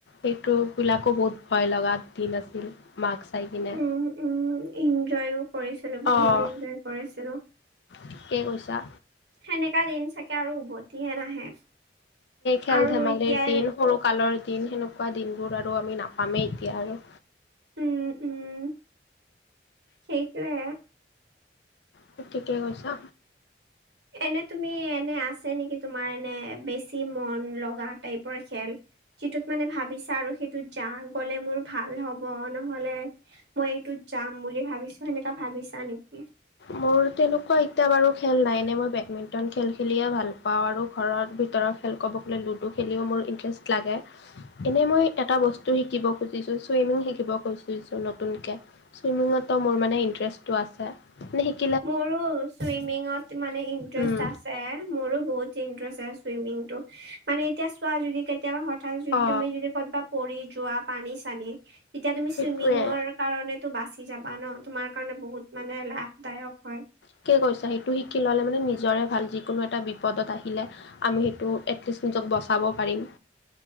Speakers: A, on the left; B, on the right.
A: সেইটোবিলাকো বহুত ভয় লগা দিন আছিল, মাক চাই কিনে।
B: উম উম এনজয়ও কৰিছিলো, বহুত
A: অ'।
B: এনজয় কৰিছিলো।
A: ঠিকেই কৈছা।
B: সেনেকা দিন চাগে আৰু উভতিয়ে নাহে।
A: খেল-ধেমালিৰ
B: আৰু এতিয়া
A: দিন সৰু। কালৰ দিন, সেনেকোৱা দিনবোৰ আৰু আমি নাপামেই এতিয়া আৰু।
B: উম উম। সেইটোৱে
A: তুমি ঠিকে কৈছা।
B: এনে তুমি, এনে আছে নেকি তোমাৰ, এনে বেছি মন লগা টাইপৰ খেল? যিটোত মানে ভাবিছা আৰু সেইটোত যা গ'লে মোৰ ভাল হ'ব নহ'লে! মই এইটোত যাম বুলি ভাবিছো, সেনেকা ভাবিছা নেকি?
A: মোৰ তেনেকুৱা এতিয়া বাৰু খেল নাই এনে! মই বেডমিন্টন খেল খেলিয়ে ভাল পাওঁ আৰু, ঘৰৰ ভিতৰৰ খেল ক'ব গ'লে লুডু খেলিও মোৰ ইণ্টাৰেষ্ট লাগে। এনেই মই এটা বস্তু শিকিব খুজিছো, চুইমিং শিকিব খুজিছো নতুনকে। চুইমিঙতো মোৰ মানে ইণ্টাৰেষ্টটো আছে, মানে সি
B: মোৰো চুইমিঙত মানে ইন্টাৰেষ্ট
A: উম
B: আছে। ছে, মোৰো বহুত ইন্টাৰেষ্ট চুইমিংটো। মানে এতিয়া চোৱা যদি কেতিয়াবা হয় হঠাৎ যদি
A: অ
B: তুমি যদি ক'ৰবাত পৰি যোৱা পানী-চানীয়ে, তেতিয়া তুমি
A: সেইটোৱে
B: চুইমিঙৰ কাৰণেতো বাচি যাবা ন? তোমাৰ কাৰণে বহুত মানে লাভদায়ক। হয়
A: ঠিকে কৈছা। সেইটো শিকি ল'লে মানে টো নিজৰে ভাল যিকোনো এটা বিপদত আহিলে আমি সেইটো এটলিষ্ট নিজক বচাব পাৰিম